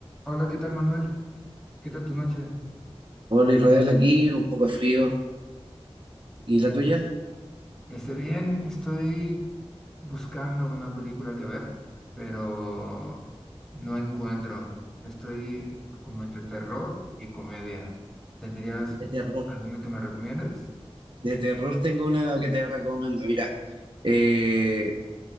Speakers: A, in the centre; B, on the right (about 50°).
A: Hola, ¿qué tal, Manuel? ¿Qué tal tu noche?
B: Hola Israel, aquí un poco de frío. ¿Y la tuya?
A: Esté bien, estoy buscando una película que ver, pero no encuentro. Estoy como entre terror y comedia. ¿Tendrías
B: De terror.
A: alguna que me recomiendes?
B: De terror tengo una que te recomiendo. Mira, eh,